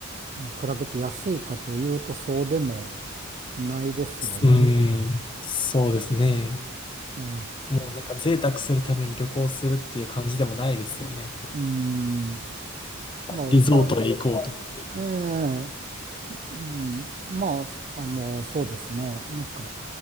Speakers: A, on the right (about 35°); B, on the left (about 25°).
A: に比べて安いかというとそうでもないですよね。
B: うん、そうですね。
A: ええ
B: もうなんか贅沢するために旅行するっていう感じでもないですよね。
A: うん、まあ、
B: リゾートへ行こうとかっていう
A: まええ、うん、まあ、すあの、そうですね。なんか、